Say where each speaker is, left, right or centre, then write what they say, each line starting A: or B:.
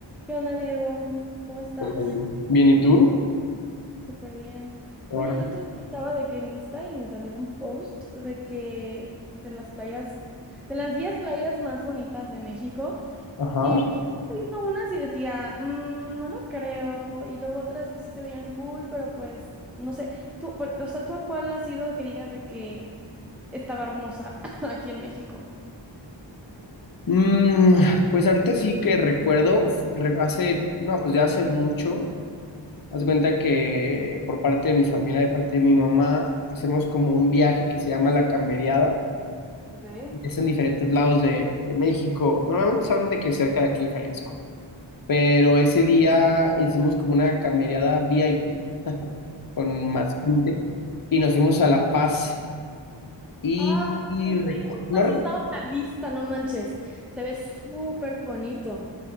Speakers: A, in the centre; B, on the left.
A: ¿Qué onda, Diego? ¿Cómo estás?
B: Muy Bien, Bien, ¿y tú?
A: Súper bien.
B: Ahora,
A: Oye, el otro día estaba de que en Insta y me salió un post de que de las playas, de las 10 playas más bonitas de México
B: ajá.
A: y justo estaba viendo unas y decía, "Mm, no lo creo, y luego otras pues sí se veían cool, pero pues no sé, tú, por- o sea, ¿tú a cuál has ido que digas de que estaba hermosa <laughs> aquí en México?
B: Mm, pues ahorita sí que recuerdo, f- re- hace, no, pues ya hace mucho, haz de cuenta que por parte de mi familia, de parte de mi mamá, hacemos como un viaje que se llama La Camberiada,
A: Ok.
B: es en diferentes lados de, de México, normalmente son de que cerca de aquí de Jalisco, pero ese día hicimos como una camberiada VIP con más gente y nos fuimos a La Paz y,
A: Ay,
B: y recu-
A: sí, justo
B: no
A: eso estaba en la lista, no manches. Se ve súper bonito.